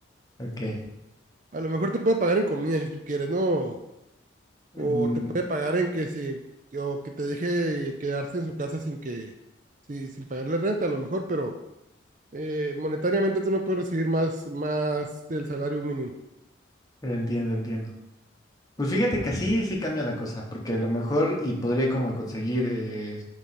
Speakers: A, on the left; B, on the right.
A: Ok.
B: A lo mejor te puede pagar en comida si tú quieres, ¿no?
A: Mm,
B: o te puede pagar en que se, o que te deje quedarse en su casa sin que, sí, sin pagarle renta a lo mejor, pero eh, monetariamente tú no puedes recibir más, más del salario mínimo.
A: entiendo, entiendo. Pues fíjate que así sí cambia la cosa, porque a lo mejor y podría como conseguir eh,